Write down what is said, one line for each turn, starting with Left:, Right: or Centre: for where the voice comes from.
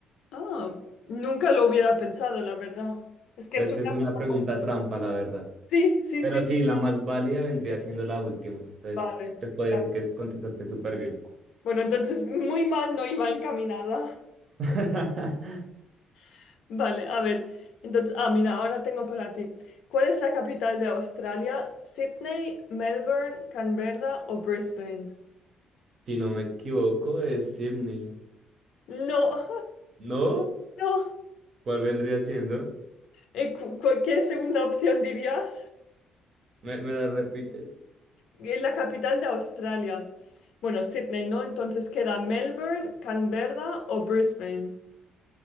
Left: Ah, nunca lo hubiera pensado, la verdad. Es que
Right: Entonces
Left: suena
Right: es una
Left: como...
Right: pregunta trampa, la verdad.
Left: Sí, sí,
Right: Pero
Left: sí.
Right: sí, la más válida vendría siendo la última. Entonces,
Left: Vale.
Right: te podría
Left: claro.
Right: decir que contestaste súper bien.
Left: Bueno, entonces muy mal no iba encaminada.
Right: <laughs>
Left: <laughs> Vale, a ver. Entonces, ah, mira, ahora tengo para ti. ¿Cuál es la capital de Australia? ¿Sydney, Melbourne, Canberra o Brisbane?
Right: Si no me equivoco, es Sydney.
Left: No,
Right: ¿No?
Left: <laughs> no.
Right: ¿Cuál vendría siendo?
Left: Eh, cu- cu- ¿Qué segunda opción dirías?
Right: ¿Me, me la repites?
Left: Es la capital de Australia. Bueno, Sydney, ¿no? Entonces queda Melbourne, Canberra o Brisbane.